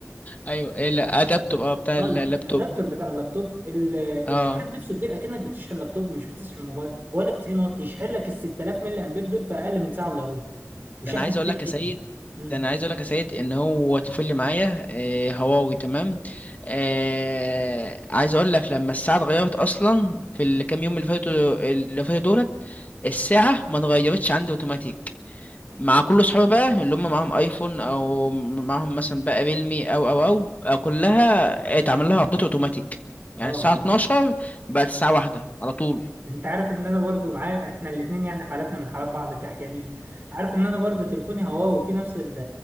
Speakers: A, on the left; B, on the right.
A: ايوه ايه لا ادابتور اه بتاع
B: اه
A: اللابتوب
B: لا، الادابتر بتاع اللابتوب ال-
A: اه
B: الشاحن نفسه كبير اكنك بتشحن لابتوب مش بتشحن موبايل بقول لك 90 واط يشحن لك ال 6000 ملي امبير دول في اقل من ساعه الا ربع وشحن
A: ده انا عايز
B: سريع
A: اقول لك
B: جدا
A: يا سيد
B: امم
A: ده انا عايز اقول لك يا سيد ان هو طفل اللي معايا آه، هواوي تمام آه عايز اقول لك لما الساعه اتغيرت اصلا في الكام يوم اللي فاتوا اللي فاتوا دولت الساعه ما اتغيرتش عندي اوتوماتيك مع كل صحابي بقى اللي هم معاهم ايفون او معاهم مثلا بقى ريلمي او او او, أو كلها اتعمل لها ابديت اوتوماتيك
B: اه
A: يعني الساعه 12
B: اه
A: بقت الساعه واحدة على طول
B: انت عارف ان انا برضو معايا احنا الاثنين يعني حالاتنا من حالات بعض كاحيانين عارف ان انا برضو تليفوني هواوي وفي نفس ال